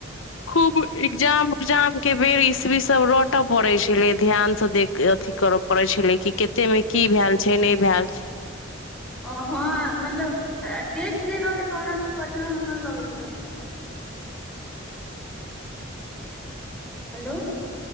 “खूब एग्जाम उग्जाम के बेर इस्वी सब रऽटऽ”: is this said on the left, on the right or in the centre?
Left